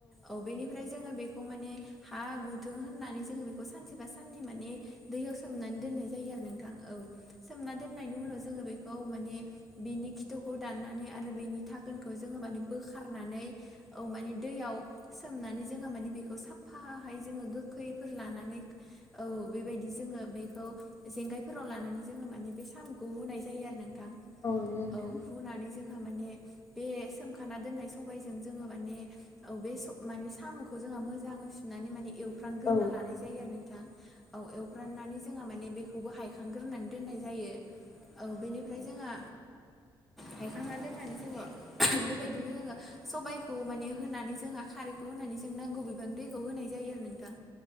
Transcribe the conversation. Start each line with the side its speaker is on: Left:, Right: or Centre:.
Centre: औ बेनि ओमफ्राय जोङो बेखौ माने हा गुथुं होननानै जोङो बेखौ सानसे बा साननै माने दैयाव सोमनानै दोननाय जायो आरो नोंथां औ सोमना दोननायनि उनाव जोङो बेखौ माने बिनि खिथुखौ दाननानै आरो बिनि धाखोनखौ जोङो माने बोखारनानै औ माने दैयाव सोमनानै जोंहा माने बेखौ साफाहाय जोङो गोखैफोर लानानै औ बेबायदि जोङो बेखौ जेंगायफोराव लानानै जोङो माने बे साम खौ हुनाय जायो आरो नोंथां
Left: औ नंगौ नोंथां
Centre: औ हुनानै जोंहा माने बे सोमखाना दोननाय सबायजों जोङो माने औ बे माने साम'खौ जोंहा मोजाङै फुनानै माने एव फानग्रोना
Left: औ
Centre: लानाय जायो आरो नोंथां औ एवफ्राननानै जोंहा माने बेखौबो हायखांग्रोनानै दोननाय जायो। औ बेनिफ्राय जोंहा हायखांना दोननानै जोङो बेबायदिनो जोङो सबायाइखौ माने होनानै जोंहा खारै होनानै जों नांगौ बिबां दै खौ होनाय जायो आरो नोंथां